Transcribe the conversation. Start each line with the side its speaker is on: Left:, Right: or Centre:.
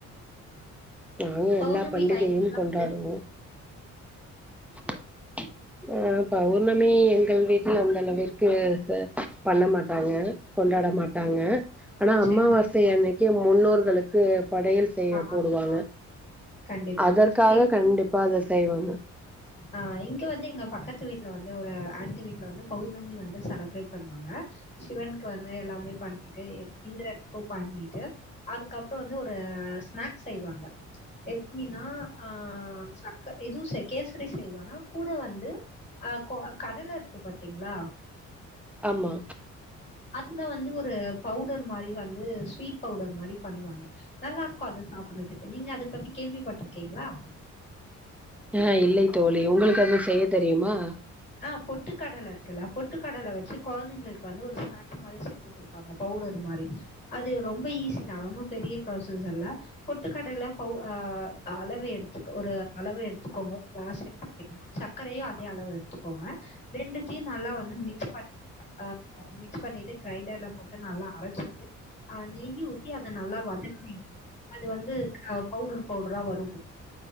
Centre: நாங்க
Left: பௌர்ணமி
Centre: எல்லா பண்டிகையும்
Left: டைமிங்லா
Centre: கொண்டாடுவோ
Left: வந்து
Centre: உ <unintelligible> ஆ பௌர்ணமி எங்கள் வீட்டுல அந்த அளவிற்க்கு ச பண்ண மாட்டாங்க கொண்டாட மாட்டாங்க ஆனா
Left: சரி
Centre: அமாவாசை
Left: சரி
Centre: அன்னைக்கே முன்னோர்களுக்கு படையல் செய்ய
Left: ஆ
Centre: போடுவாங்க
Left: ஆமா கண்டிப்பா
Centre: அதற்காக
Left: எங்க
Centre: கண்டிப்பா அத செய்வாங்க
Left: ஆ இங் க வந்து எங்க பக்கத்து வீட்ல வந்து ஒரு ஆண்ட்டி வீட் ல வந்து பௌர்ணமி வந்து செலப்ரேட் பண்ணுவாங்க சிவன் க்கு வந்த எல்லாமே பண்ணிட் டு இந்த்ராக்கு பண்ணிட்டு அதுக்கப்றோ வந்து ஒரு ஸ் ஸ்நாக்ஸ் செய்வாங்க எப்டின்னா ஆ சக் க இதுவு செய் கேசரி செய்வாங்க கூட வந்து அ கொ கடல இருக்கு பாத்தீங்ளா
Centre: ஆமா
Left: அதுல வந்து ஒரு பவுடர் மாரி வந்து ஸ்வீட் பவுடர் மாரி பண்ணுவாங்க நல்லா இருக்கு அது சாப்புர்றதுக்கு நீங்க அத பத்தி கேள்விப்பட்ருக்கீங்களா
Centre: ஆ இல்லை தோழி உங்களுக்கு அது செய்ய தெரியுமா
Left: ஆ பொட்டுக் கடல இருக்குல்ல பொட்டுக்கடல வெச்சி கொழந்தைங்களுக்கு வந்து ஒரு ஸ்நாக்ஸ் மாரி செஞ்சிக் குடுப்பாங்க பவுடர் மாரி அது ரொம்ப ஈஸி அது ஒன்னு பெரிய ப்ராசஸ் இல்ல பொட்டுக்கடல பௌ அ அ அளவு எடுத்துக்க ஒரு அளவு எடுத்துக்கோங்க க்ளாஸ் <inaudible> சக்கரையு அதே அளவு எடுத் கோங்க ரெண்டுத்தையு நல்லா வந்து மிக்ஸ் <unintelligible> அ மிக்ஸ் பண்ணிட்டு கிரைண்டர்ல போட்டு நல்லா அரச்சிட்டு ஆ நெய்யி ஊத்தி அத நல்லா வதக்னீங் அது வந்து ஆ பௌடர் பௌடரா வரு